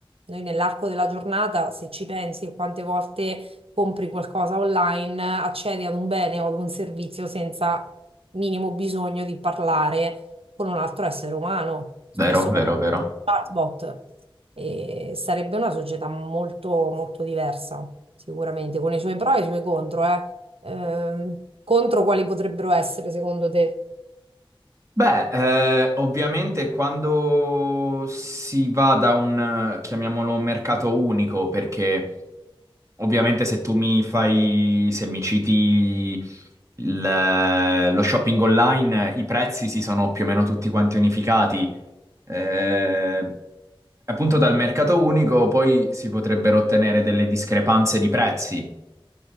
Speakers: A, on the right; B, on the right.
A: Noi nell'arco della giornata, se ci pensi, quante volte compri qualcosa online, accedi ad un bene o ad un servizio senza minimo bisogno di parlare con un altro essere umano. Spesso
B: Vero, vero,
A: parliamo
B: vero.
A: chatbot, e sarebbe una società molto, molto diversa, sicuramente, con i suoi pro e i suoi contro, eh. Ehm, contro quali potrebbero essere, secondo te?
B: Beh, eh, ovviamente quando si va da un, eh, chiamiamolo, mercato unico, perché ovviamente se tu mi fai, se mi citi il- lo shopping online, i prezzi si sono più o meno tutti quanti unificati. Eh, appunto dal mercato unico poi si potrebbero ottenere delle discrepanze di prezzi.